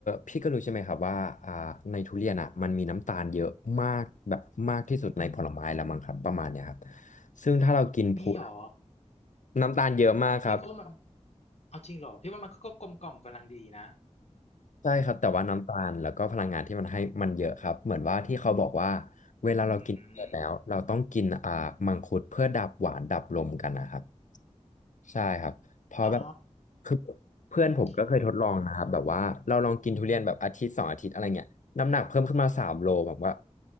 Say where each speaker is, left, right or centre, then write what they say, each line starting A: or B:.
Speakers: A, on the left; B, on the left.
A: พี่ก็รู้ใช่ไหมครับว่าอ่าในทุเรียนอ่ะมันมีน้ำตาลเยอะมากแบบมากที่สุดในผลไม้ละมั้งครับประมาณเนี้ยครับซึ่งถ้าเรากินพู
B: มีหรอ
A: น้ำตาลเยอะมากครับ
B: พี่ก็มันเอาจริงเหรอพี่ว่ามันก็กลมกล่อมกำลังดีนะ
A: ใช่ครับแต่ว่าน้ำตาลแล้วก็พลังงานที่มันให้มันเยอะครับเหมือนว่าที่เขาบอกว่าเวลาเรากินเส็ดแล้วเราต้องกินอ่ามังคุดเพื่อดับหวานดับลมกันนะครับ
B: อืม
A: ใช่ครับเพราะแบบ
B: อ๋อ
A: คือเพื่อนผมก็เคยทดลองนะครับแบบว่าเราลองกินทุเรียนแบบอาทิตย์สองอาทิตย์อะไรเงี้ยน้ำหนักเพิ่มขึ้นมาสามโลผมว่า
B: โอเค